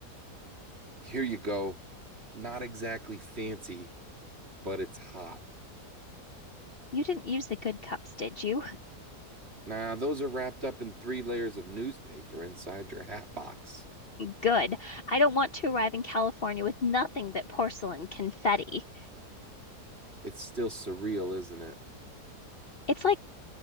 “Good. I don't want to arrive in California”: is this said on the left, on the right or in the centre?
Left